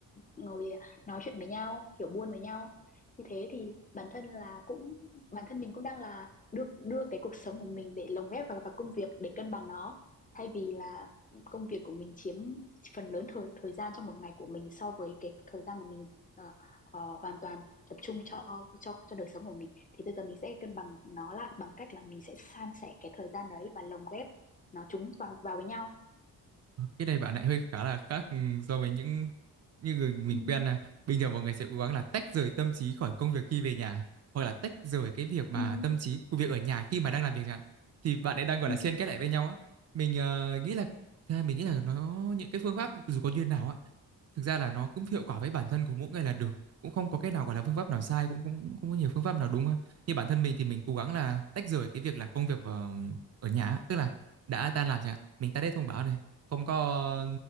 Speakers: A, on the left; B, on the right.
A: ngồi nói chuyện với nhau kiểu buôn với nhau như thế thì bản thân là cũng bản thân mình cũng đang là đưa đưa cái cuộc sống của mình để lồng ghép vào, vào công việc để cân bằng nó thay vì là công việc của mình chiếm phần lớn thời thời gian trong một ngày của mình so với cái thời gian mà mình ờ, ờ, hoàn toàn tập trung cho cho cho đời sống của mình thì bây giờ mình sẽ cân bằng nó lại bằng cách là mình sẽ san sẻ cái thời gian đấy và lồng ghép nó chúng vào vào với nhau
B: Cái này bạn lại hơi khá là khác ừ, so với những như người mình
A: ừ,
B: quen nè. Bình thường mọi người sẽ cố gắng là tách rời tâm trí khỏi công việc khi về nhà hoặc là tách rời cái việc mà
A: ừ,
B: tâm trí của việc ở nhà khi mà đang làm việc chẳng hạn. Thì bạn ấy đang gọi
A: ừ,
B: là xen kết lại với nhau á. Mình ờ, nghĩ là thế mình nghĩ là nó những cái phương pháp dù có như thế nào á, thực ra là nó cũng hiệu quả với bản thân của mỗi người là được. Cũng không có cái nào gọi là phương pháp nào sai cũng cũng cũng có nhiều phương pháp nào đúng ha. Như bản thân mình thì mình cố gắng là tách rời cái việc là công việc ở, ở nhà, á. tức là đã tan làm chẳng hạn, mình tắt hết thông báo này không có